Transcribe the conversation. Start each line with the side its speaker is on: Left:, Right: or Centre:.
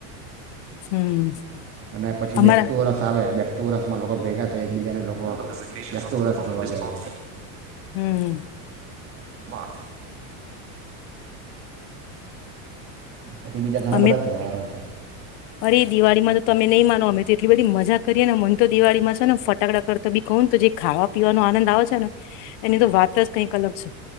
Left: હમ
Right: અને પછી
Left: અમારા
Right: બેસતું વરસ આવે બેસતું વર્ષ માં લોકો ભેગા થાય એક બીજાને બેસતું વર્ષ કેવા જાય
Left: હમ
Right: <unintelligible> પછી બીજા ઘણા
Left: અમે
Right: બધા તહેવારો છે
Left: અરે દિવાળીમાં તો તમે નહી માનો અમે તો એટલી બધી મજા કરીએ ને મને તો દિવાળીમાં છે ને ફટાકડા કરતા બી કહ તો જે ખાવા પીવાનો આનંદ આવે છે ને એની તો વાત જ કંઈક અલગ છે